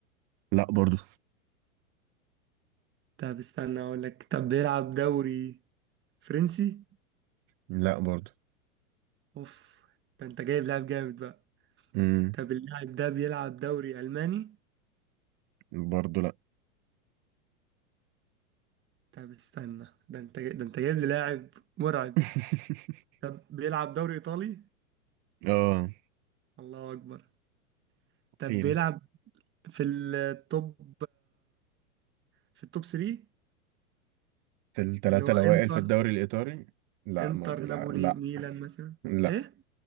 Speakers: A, on the right; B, on the right.
A: لا برضو
B: طب استنى اقول لك طب بيلعب دوري فرنسي
A: لا برضو
B: اوف ده انت جايب لاعب جامد بقى
A: امم
B: طب اللاعب ده بيلعب دوري الماني
A: برضو لا
B: طب استنى ده انت ده انت جايب لي لاعب مرعب
A: <laughs>
B: طب بيلعب دوري ايطالي
A: اه
B: الله اكبر طب
A: حيرة
B: بيلعب في التوب في التوب 3
A: في التلاتة
B: اللي هو
A: الأوائل
B: انتر
A: في الدوري الإيطالي لا
B: انتر
A: ما بيلعب
B: نابولي
A: لا
B: ميلان مثلا
A: لا
B: ايه